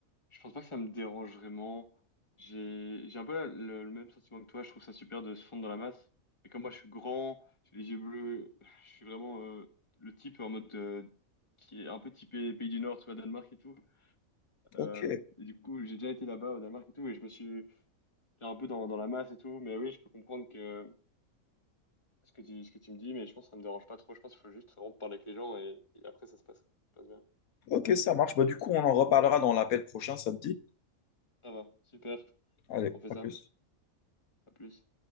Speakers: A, on the left; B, on the left.
A: Je pense pas que ça me dérange vraiment. J'ai, j'ai un peu la- le, le même sentiment que toi. Je trouve ça super de se fondre dans la masse. Et comme moi, je suis grand, j'ai les yeux bleus, je suis vraiment euh, le type en mode euh, qui est un peu typé pays du Nord, tu vois, Danemark et tout. Euh,
B: Ok.
A: et du coup, j'ai déjà été là-bas au Danemark et tout, et je me suis fait un peu dans, dans la masse et tout. Mais oui, je peux comprendre que ce que tu, ce que tu me dis, mais je pense que ça me dérange pas trop. Je pense qu'il faut juste vraiment parler avec les gens et, et après, ça se passe. Ça se passe bien.
B: Ok, ça marche. Bah, du coup, on en reparlera dans l'appel prochain, ça te dit?
A: Ça va, super.
B: Allez,
A: On fait
B: à
A: ça.
B: plus.
A: À plus.